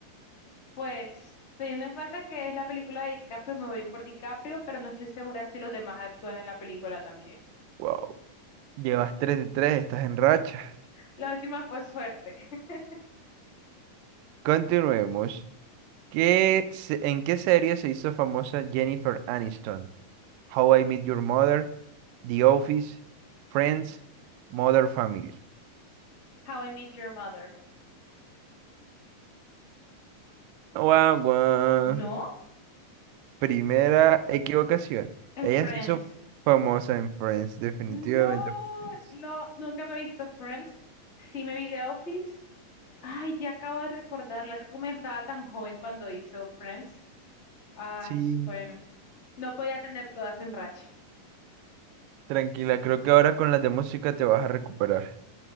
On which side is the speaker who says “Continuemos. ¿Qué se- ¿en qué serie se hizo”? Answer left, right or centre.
Right